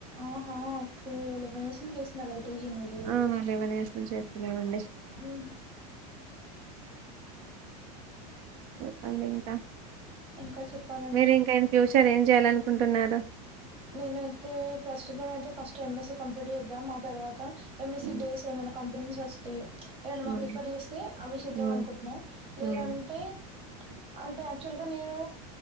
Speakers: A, on the right; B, on the right.
A: ఆహా ఓకే లెవెన్ ఇయర్స్ నుంచి చేస్తున్నారు అది టీచింగ్ మీరు
B: ఆలివన్సం చేస్తున్నామండి
A: హుహు.
B: చూప్పండి ఇంకా
A: ఇంకా చెప్పాలండి
B: మీరు ఇంకాయన ఫ్యూచర్ ఏం చేయాలనుకు ఉంటునా రా
A: నేనైతే ప్రస్తుతం అయితే ఫస్ట్ ఎంఎస్సి కంప్లీట్ చేద్దాం ఆ తర్వాత ఎంఎస్సి
B: హ్మ్.
A: బేస్ ఏమైనా కంపెనీస్ వస్తాయి ఏమైన్నా
B: హ్మ్.
A: మాకు రిఫర్ చేస్తే అవి చేద్దాం
B: హ్మ్.
A: అనుకుంటున్నాం
B: హ్మ్.
A: లేదంటే అంటే యాక్చువల్ గా నేను